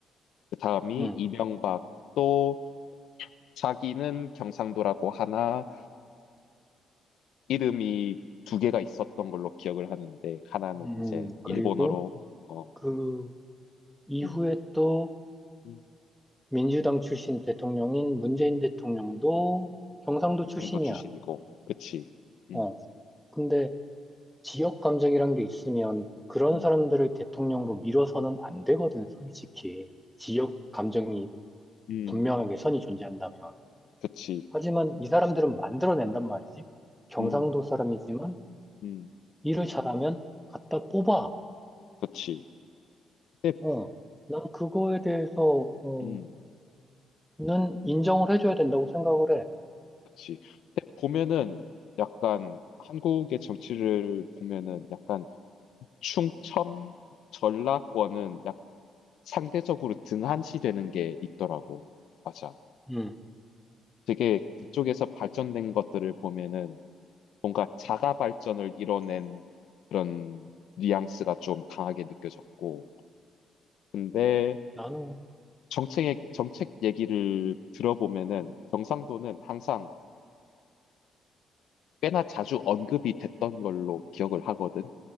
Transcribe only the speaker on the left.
그 다음이
이명박 또 자기는 경상도라고 하나 이름이 두 개가 있었던 걸로 기억을 하는데 하나는
이제
일본어로 어
음,
음,
경상도
출신이고 그치 음,
음,
음,
그치
음,
음,
그치 근데
음,
그치 근데 보면은 약간 한국의 정치를 보면은 약간 충청 전라권은 약 상대적으로 등한시되는 게 있더라고 맞아
되게 그쪽에서 발전된 것들을 보면은 뭔가 자가 발전을 이뤄낸 그런 뉘앙스가 좀 강하게 느껴졌고, 근데
정책의 정책 얘기를 들어보면은 경상도는 항상 꽤나 자주 언급이 됐던 걸로 기억을 하거든.